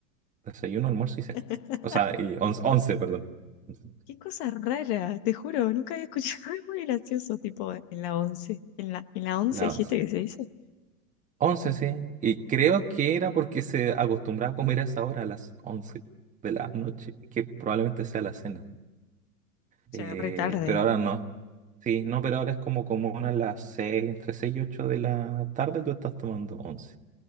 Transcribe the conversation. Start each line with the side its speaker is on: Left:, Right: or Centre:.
Right: Desayuno, almuerzo y cena.
Left: <laughs>
Right: O sea, y once, once, perdón. Once.
Left: Qué cosa rara, te juro, nunca había escuchado, <laughs> es muy gracioso, tipo en la once, en la, en la once
Right: La
Left: dijiste
Right: once.
Left: que se dice, o
Right: Once, sí. Y creo que era porque se acostumbraba a comer a esa hora, a las once de la noche, que probablemente sea la cena.
Left: sea,
Right: Eh,
Left: re tarde,
Right: pero ahora no. Sí, no, pero ahora es como común a las seis, entre seis y ocho de la tarde tú estás tomando once.